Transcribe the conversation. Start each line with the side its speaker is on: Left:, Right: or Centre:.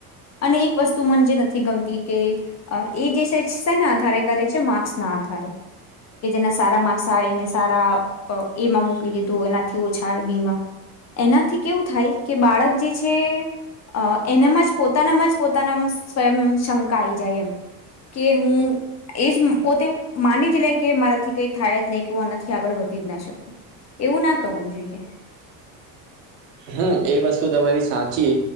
Left: અને એક વસ્તુ મને જે નથી ગમતી કે એ જે છે સેના આધારે કરે છે માક્સ ના આધારે કે જેના સારા માક્સ આવે એને. સારા અ એમાં મૂકી દીધું એનાથી ઓછા બી માં. એનાથી કેવું થાય કે બાળક જે છે. અ એનામાં જ પોતાનામાં જ પોતાના સ્વયં શંક આઇ જાય એમ. કે હું એજ પોતે માની જ લે કે મારાથી કઈ થાય જ નહી કેવા નથી. કે આગળ વધી જ ના શકું એવું ના કરવું જોઈએ.
Right: હમ એ વસ્તુ તમારી સાચી.